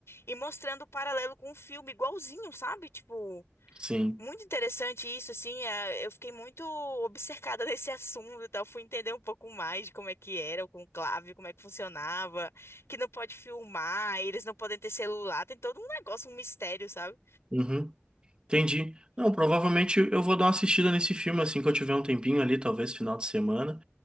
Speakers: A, on the left; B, on the right.
A: E mostrando o paralelo com o filme igualzinho, sabe? Tipo,
B: Sim.
A: muito interessante isso, assim. é, Eu fiquei muito obcecada <laughs> nesse assunto e tal. Fui entender um pouco mais de como é que era o conclave, como é que funcionava, que não pode filmar, eles não podem ter celular, tem todo um negócio, um mistério, sabe?
B: Uhum. Entendi. Não, provavelmente eu vou dar uma assistida nesse filme assim que eu tiver um tempinho ali, talvez final de semana.